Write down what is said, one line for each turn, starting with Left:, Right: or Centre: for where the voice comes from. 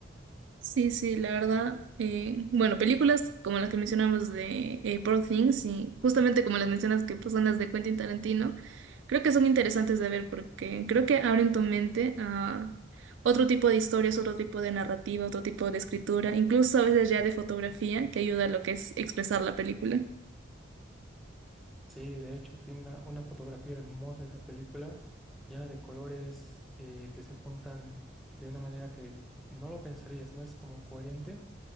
Right: Sí, sí, la verdad. eh, bueno, películas como las que mencionamos de eh, Poor Things y justamente como las mencionas que pues, son las de Quentin Tarantino, creo que son interesantes de ver porque creo que abren tu mente a otro tipo de historias, otro tipo de narrativa, otro tipo de escritura, incluso a veces ya de fotografía que ayuda a lo que es expresar la película.
Centre: Sí, de hecho, tiene una, una fotografía hermosa esa película, llena de colores eh, que se juntan de una manera que no lo pensarías, no es como coherente,